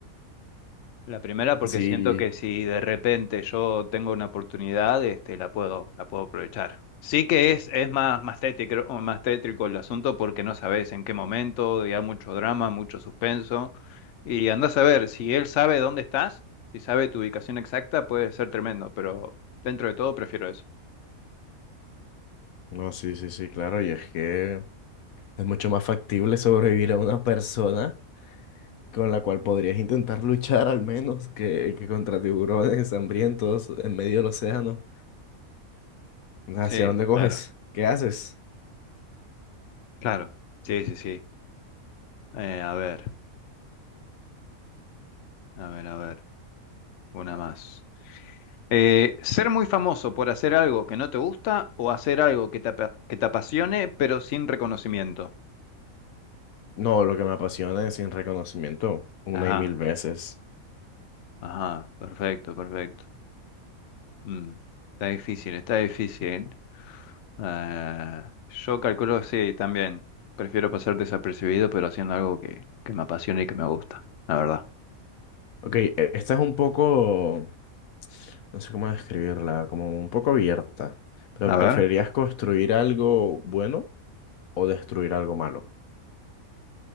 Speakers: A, on the left; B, on the left.
A: La primera porque
B: Sí,
A: siento que si de repente yo tengo una oportunidad, este, la puedo, la puedo aprovechar. Sí que es, es más, más tétrico, o más tétrico el asunto porque no sabes en qué momento, ya mucho drama, mucho suspenso. Y andás a ver, si él sabe dónde estás, si sabe tu ubicación exacta, puede ser tremendo, pero dentro de todo prefiero eso.
B: no, sí, sí, sí, claro. Y es que es mucho más factible sobrevivir a una persona con la cual podrías intentar luchar al menos que, que contra tiburones hambrientos en medio del océano. ¿Hacia
A: Sí,
B: dónde coges?
A: claro,
B: ¿Qué haces?
A: claro. Sí, sí, sí. Eh, a ver, a ver, a ver. Una más. Eh, ser muy famoso por hacer algo que no te gusta o hacer algo que te, apa- que te apasione pero sin reconocimiento.
B: No, lo que me apasiona es sin reconocimiento, una
A: Ajá,
B: y mil veces.
A: ajá, perfecto, perfecto. Mm, está difícil, está difícil. Eh, yo calculo, sí, también. Prefiero pasar desapercibido pero haciendo algo que, que me apasione y que me gusta, la verdad.
B: Ok, e- esta es un poco, no sé cómo describirla, como un poco abierta, pero
A: A ver.
B: ¿preferirías construir algo bueno o destruir algo malo?